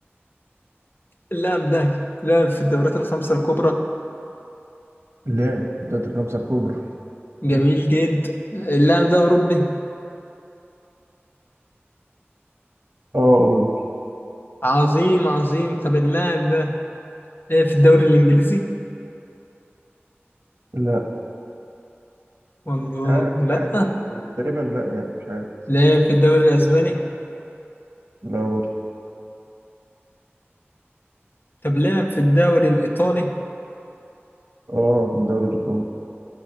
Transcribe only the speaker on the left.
اللاعب ده لعب في الدورات الخمسة الكبرى
جميل
جدا اللاعب ده أوروبي
عظيم عظيم طب اللاعب ده لعب في الدوري الإنجليزي؟
والله
لأ
لعب في الدوري الأسباني
طب لعب في الدوري الإيطالي